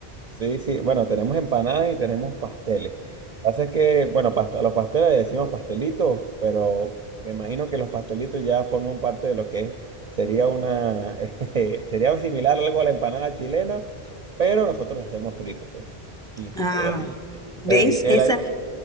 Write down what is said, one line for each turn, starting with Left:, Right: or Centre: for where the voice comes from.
Right: Sí, sí, bueno, tenemos empanadas y tenemos pasteles. Pasa que, bueno, past- a los pasteles le decimos pastelitos, pero me imagino que los pastelitos ya forman parte de lo que es- sería una, <laughs> eh, sería similar algo a la empanada chilena, pero nosotros la hacemos fritos, pues. Sí,
Centre: Ah,
Right: algo así.
Centre: ¿ves?
Right: Es decir, el,
Centre: Esa,